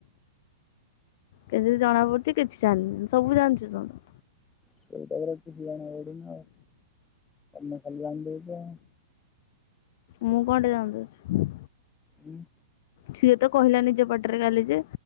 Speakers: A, on the left; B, on the left.
A: କେ ଯିଏ ଜଣା ପଡ଼ୁଚି କିଛି ଜାଣିିନି ସବୁ ଜାଣିଚି ଶୁଣୁ
B: ସେଇ ଟାଇମ୍ ରେ କିଛି <unintelligible> ତମେ ଖାଲି ଆଣିଦଉଚ।
A: ମୁଁ କଣ ଟା ଜାଣି ଦଉଛି?
B: ହୁଁ।
A: ସିଏ ତ କହିଲାନି ଯେ ପାଟରେ ଚାଲିଚି।